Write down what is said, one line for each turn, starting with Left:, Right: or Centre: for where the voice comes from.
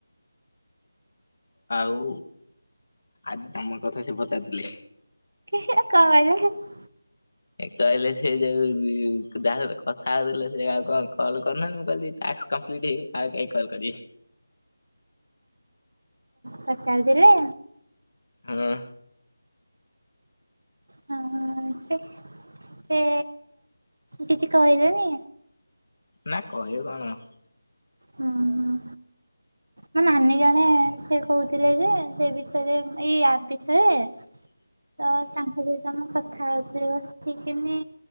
Left: ଆଉ ଆଜି ତମ କଥା ସେ ପଚାରିଥିଲେ।
Right: କ <unintelligible>
Left: କହିଲେ ସେ ଯୋଉ ଯାହା ସହିତ କଥା ହଉଥିଲେ ସେ ଆଉ କଣ କଲ୍ କରୁନାହାନ୍ତି ମୁଁ କହିଲି ଟାସ୍କ କମ୍ପିଲ୍ଟ ହେଇଗଲେ ଆଉ କାହିଁକି କଲ କରିବେ।
Right: ପଚାରୁଥିଲେ?
Left: ହଁ।
Right: ହଁ ସେ କିଛି କହିବେନି।
Left: ନା କହିବ କଣ? <inaudible>
Right: ହୁଁ ହୁଁ ମୋ ନାନୀ ଜଣେ ସେଇ କହୁଥିଲେ ଯେ ସେ ବିଷୟରେ ଏଇ ଆପ୍ ବିଷୟରେ
Left: <inaudible>
Right: ତ ତାଙ୍କ ସହିତ ମୁଁ କଥା ହଉଥିଲି ବସିକିନି।